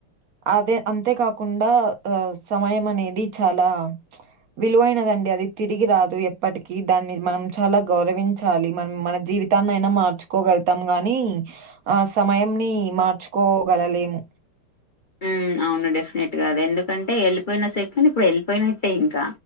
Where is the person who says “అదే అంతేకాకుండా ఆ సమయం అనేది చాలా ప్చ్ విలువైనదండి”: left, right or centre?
Right